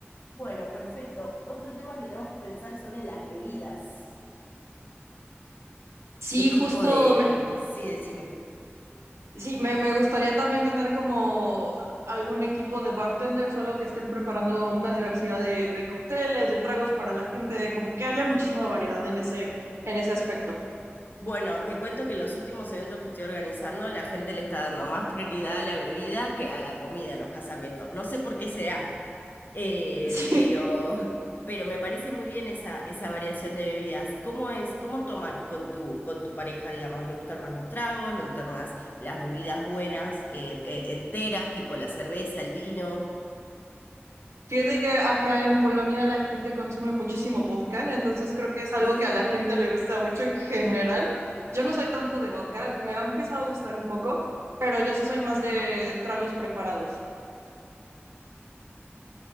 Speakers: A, on the left; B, on the right.
A: Bueno, perfecto. Otro tema que tenemos que pensar son en las bebidas.
B: Sí,
A: ¿Qué tipo
B: justo
A: de...?
B: me,
A: Sí, decime.
B: Sí, me, me gustaría también tener como algún equipo de bartenders o algo que estén preparando una diversidad de, de cócteles, de tragos para la gente, como que haya muchísima variedad en ese, en ese aspecto. <laughs>
A: Bueno, te cuento que los últimos eventos que estoy organizando, la gente le está dando más prioridad a la bebida que a la comida en los casamientos. No sé por qué será. Eh,
B: Sí,
A: pero, <laughs> pero me parece muy bien esa, esa variación de bebidas. ¿Cómo es, cómo toman con tu, con tu pareja, digamos? ¿Le gustan más los tragos? ¿Le gustan más las bebidas buenas, eh, eh, enteras, tipo la cerveza, el vino?
B: fíjate que acá en Polonia la gente consume muchísimo vodka, entonces creo que es algo
A: Uh,
B: que a la gente le gusta mucho en general. Yo no soy tanto de vodka, me ha empezado a gustar un poco, pero yo sí soy más de tragos preparados.